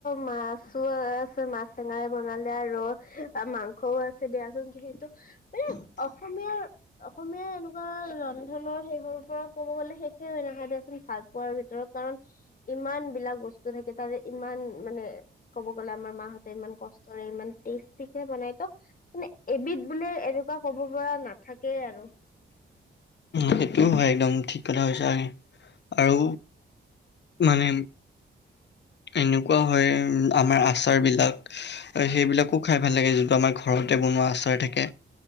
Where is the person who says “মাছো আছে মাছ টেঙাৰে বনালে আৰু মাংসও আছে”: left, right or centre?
Left